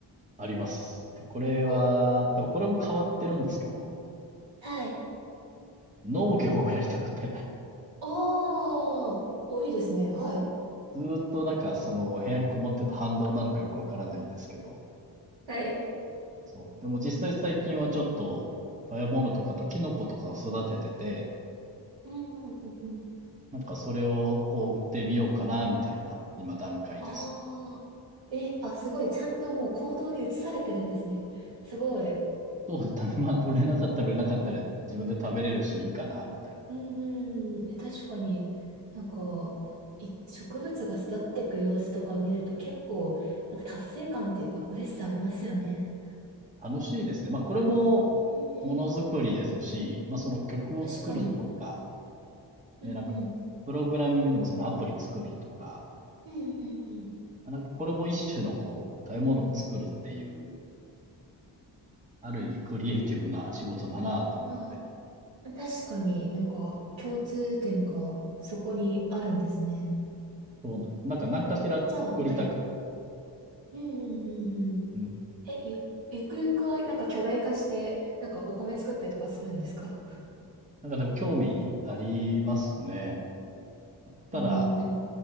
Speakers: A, on the right; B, on the right.
A: あります。で、これは、
B: お、
A: 多分これも変わってるんですけど、
B: はい。
A: 農業をやりたくて、<laughs>
B: おー、お、いいですね。はい。
A: ずーっとなんかその部屋にこもってた反動なのかよくわからないんですけど、
B: はい
A: そう。でも実際最近はちょっと食べ物とかとキノコとかを育ててて、
B: うんうんうんうん。
A: なんかそれをこう売ってみようかな、みたいな今段階ですね。
B: ああ。え、あ、すごい。ちゃんともう行動に移されてるんですね。すごい。
A: そうです。たまあ、売れなかったら売れなかったら自分で食べれるしいいかな、みたいな。
B: うんうんうん。え、確かに、なんか、い、植物が育っていく様子とか見ると結構、なんか達成感っていうか、嬉しさありますよね。
A: 楽しいですね。まあこれも
B: うんうん。
A: ものづくりですし、まあ、その曲を作るとか、
B: 確かに。うんうん。
A: ね、なんか、プログラミングでもそのアプリ作るとか、
B: うんうん
A: まあなんかこれも一種のこう、食べ物を作るっていう、ある意味クリエイティブな仕事だなと思って。
B: うん。ああ。確かになんか共通点がそこにあるんですね。
A: そうなんです。なんか何かしら作りたくて。
B: え、なんか、じゃあ、はい。うんうんうんうん。
A: うん。
B: え、ゆ、ゆくゆくはなんか巨大化して、なんかお米作ったりとかするんですか
A: なんかでも興味ありますね。ただ、
B: うん、でも、